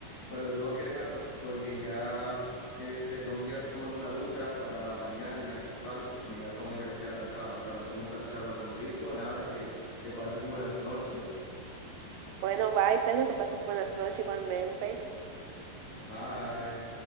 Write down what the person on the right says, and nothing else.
Bueno, bye, Pedro, que pases buenas noches igualmente.